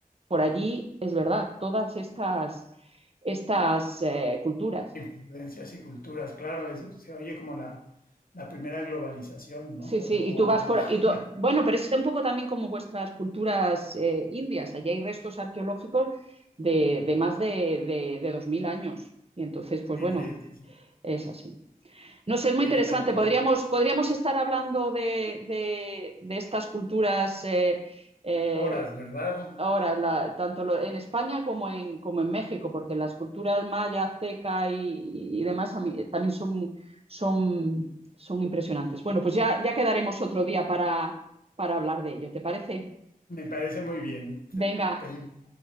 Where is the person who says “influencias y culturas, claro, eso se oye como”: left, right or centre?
Left